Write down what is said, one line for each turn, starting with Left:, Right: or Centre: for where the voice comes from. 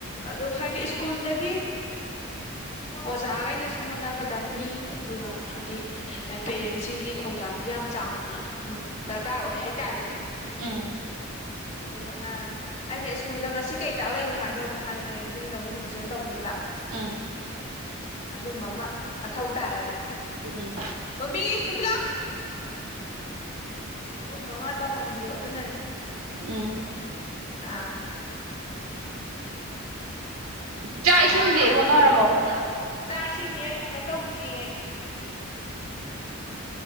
Left: ꯑꯗꯨ ꯍꯥꯏꯗꯤ ꯁ꯭ꯀꯨꯜꯗꯒꯤ ꯑꯣꯖꯥꯒꯩꯅꯁꯨ ꯍꯣꯠꯅꯒꯗꯝꯅꯤ ꯑꯗꯨꯒ ꯍꯥꯏꯗꯤ ꯄꯦꯔꯦꯟꯁꯤꯡꯒꯤ ꯊꯧꯗꯥꯡꯖꯨ ꯌꯥꯝ ꯆꯥꯎꯅ ꯗ꯭ꯔꯀꯥꯔ ꯑꯣꯏ ꯍꯥꯏꯇꯥꯔꯦꯅꯦ
Right: ꯎꯝ
Left: ꯍꯥꯏꯗꯤ ꯍꯣꯠꯅ ꯑꯩꯅ ꯁ꯭ꯀꯨꯜꯗ ꯉꯁꯤ ꯀꯩ ꯇꯥꯛꯂꯛꯏꯅꯣ ꯍꯥꯏꯗꯣ ꯑꯃꯨꯛ ꯍꯥꯏꯅ ꯍꯩ ꯌꯨꯝꯗ ꯑꯃꯨꯛ ꯔꯤꯚꯤꯖꯟ ꯇꯧꯕꯤꯕ꯫
Right: ꯎꯝ ꯎꯝ
Left: ꯑꯗꯨꯝꯕ ꯑꯃ ꯃꯊꯧ ꯇꯥꯏꯌꯦꯕ꯫
Right: ꯎꯝ
Left: ꯇꫭꯝꯕꯤ ꯇꫭꯝꯕꯤ ꯂꯥꯑꫭ꯫ ꯑꯗꯨꯝ ꯑꯃ ꯇꯧꯍꯟꯕꯤꯌꯣ ꯑꯗꯨꯅ
Right: ꯎꯝ
Left: ꯑꯥ꯫
Right: ꯆꯥꯛ ꯏꯁꯤꯡꯗꯤ ꯍꯣꯠꯅꯔꯕꯣ꯫ ꯑꯩꯈꯣꯏ
Left: ꯆꯥꯛ ꯏꯁꯤꯡꯁꯦ ꯀꯩꯅꯣ ꯇꯧꯗ꯭ꯔꯤꯌꯦ꯫